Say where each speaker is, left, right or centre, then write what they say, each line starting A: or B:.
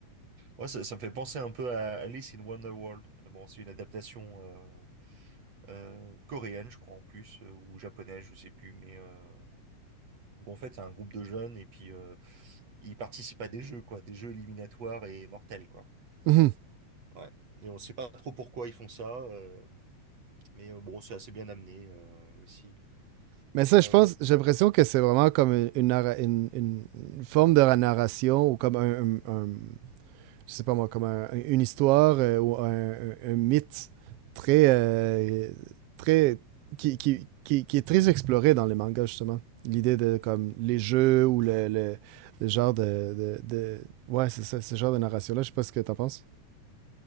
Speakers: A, on the right (about 60°); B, on the right (about 85°).
A: Ouais, ça, ça me fait penser un peu à Alice in Wonderworld. Euh, Bon, c'est une adaptation euh, euh, coréenne, je crois en plus, euh, ou japonaise, je sais plus. Mais euh, où en fait, c'est un groupe de jeunes et puis euh, ils participent à des jeux, quoi, des jeux éliminatoires et mortels, quoi.
B: Mhm.
A: Ouais. Et on sait pas trop pourquoi ils font ça, euh, mais euh, bon, c'est assez bien amené euh, aussi.
B: Mais
A: Et
B: ça,
A: euh,
B: je pense, j'ai l'impression que c'est vraiment comme une, une narra- une- une- une forme de narration ou comme un, un- un- je sais pas moi, comme un- une histoire euh, ou un, un- un mythe très, euh, très, qui, qui- qui- qui est très exploré dans les mangas justement. L'idée de comme les jeux ou le, le- le genre de, de- de- ouais, c'est ça, ce genre de narration là. Je sais pas ce que t'en penses.